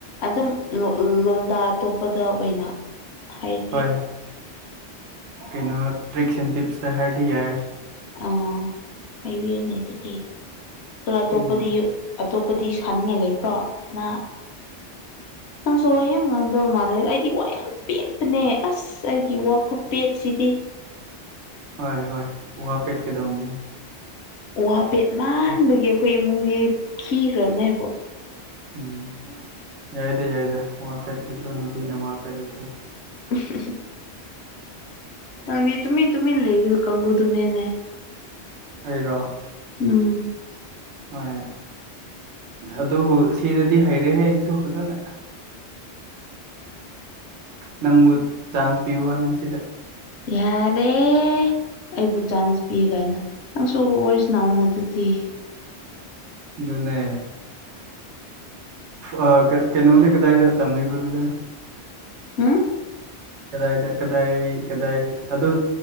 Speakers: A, on the left; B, on the right.
A: ꯑꯗꯨꯝ ꯂꯣꯟꯗꯥ ꯑꯇꯣꯞꯄꯗ ꯑꯣꯏꯅ ꯍꯥꯏꯗꯤ
B: ꯍꯣꯏ ꯀꯩꯅꯣ ꯇꯔꯤꯛꯁ ꯑꯦꯟ ꯇꯤꯞꯁꯇ ꯍꯥꯏꯔꯗꯤ ꯌꯥꯏ
A: ꯑ ꯍꯥꯏꯕꯤꯌꯨꯅꯦ ꯑꯗꯨꯗꯤ ꯈꯔ ꯑꯇꯣꯞꯄꯗꯤ
B: ꯎꯝ
A: ꯕꯨꯗꯤ ꯁꯥꯅꯤꯡꯉꯥꯏ ꯂꯩꯕ꯭ꯔꯣ ꯅꯪ
B: <inaudible>
A: ꯅꯪꯁꯨ ꯋꯥ ꯌꯥꯝ ꯉꯥꯡꯗꯕ ꯃꯥꯜꯂꯦ ꯑꯩꯗꯤ ꯋꯥ ꯌꯥꯝ ꯄꯦꯠꯄꯅꯦ ꯑꯁ ꯑꯩꯒꯤ ꯋꯥ ꯈꯨꯄꯦꯠꯁꯤꯗꯤ
B: ꯍꯣꯏ ꯍꯣꯏ ꯋꯥꯄꯦꯠ ꯀꯗꯧꯅꯦ
A: ꯋꯥ ꯄꯦꯠ ꯃꯟꯕꯒꯤ ꯑꯩꯈꯣꯏ ꯏꯃꯨꯡꯗꯤ ꯈꯤꯈꯔꯕꯅꯦꯕꯣ
B: ꯎꯝ ꯌꯥꯏꯗ ꯌꯥꯏꯗ ꯋꯥ ꯄꯦꯠꯄꯁꯨ ꯅꯨꯄꯤꯅ ꯋꯥ ꯄꯦꯠꯂꯁꯨ
A: <unintelligible> ꯑꯪꯅꯤ ꯇꯃꯤ ꯇꯃꯤ ꯂꯩꯕꯤ ꯀꯪꯒꯨꯗꯨꯅꯦꯅꯦ
B: ꯑꯩꯔꯣ
A: ꯎꯝ
B: ꯍꯣꯏ ꯑꯗꯨꯕꯨ ꯁꯤꯗꯗꯤ ꯍꯩꯔꯦꯍꯦ ꯑꯩꯁꯨ ꯐꯖꯅ ꯅꯪꯕꯨ ꯆꯥꯟꯁ ꯄꯤꯕ ꯋꯥꯅꯤ ꯁꯤꯗ
A: ꯌꯥꯔꯦ ꯑꯩꯕꯨ ꯆꯥꯟꯁ ꯄꯤ ꯀꯥꯏꯅ ꯅꯪꯁꯨꯣ ꯑꯣꯏꯣꯏꯁꯅꯎꯅ ꯑꯗꯨꯗꯤ
B: ꯑꯗꯨꯅꯦ ꯑ ꯀ ꯀꯩꯅꯣꯗꯤ ꯀꯗꯥꯏꯗ ꯇꯝꯅꯤꯕꯗꯨꯗ
A: ꯍꯥꯝ
B: ꯀꯗꯥꯏꯗ ꯀꯗꯥꯏ ꯀꯗꯥꯏ ꯑꯗꯨ